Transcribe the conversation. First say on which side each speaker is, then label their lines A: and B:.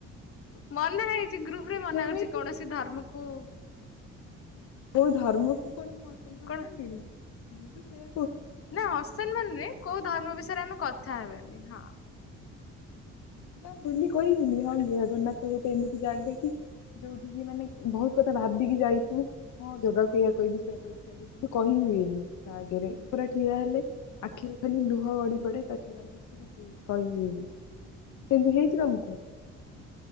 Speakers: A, on the left (about 45°); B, on the left (about 75°).
A: ମନା ହେଇଛି ଗ୍ରୁପ
B: ଆରେ
A: ରେ ମନା
B: ସେମିତି
A: ହଉଛି କୌଣସି ଧର୍ମକୁ
B: କଉ ଧର୍ମକୁ ପଣ ମସ୍ତ ମାନ
A: କଣ
B: କ ନଡି ମୁଁ ତୁ ସେ
A: ନା ଅସମ୍ମାନ ନୁହେଁ କୋଉ ଧର୍ମ ବିଷୟରେ ଆମେ କଥା ହେବେନି ହଁ।
B: ତା ବୁଲି କହିବିନି ହଁ ଜଗନ୍ନାଥ ଗୋଟେ ଏମିତି ଜାଗା କି ଯୋଉଠିକି ମାନେ ବହୁତ କଥା ଭାବିକି ଯାଇଥୁ ହଁ ଜଗାକୁ ଏହା କହିବି ସେ କହିବି ସେ କୁ କହି ହୁଏନି ତା ଆଗରେ ପୁରା ଠିଆ ହେଲେ ଆଖିରୁ ଖାଲି ଲୁହ ଗଡି ପଡେ ତା ଛଡା ଆଉ କିଛି ବି କହିହୁଏନି। କିନ୍ତୁ ହେଇଛି ତମକୁ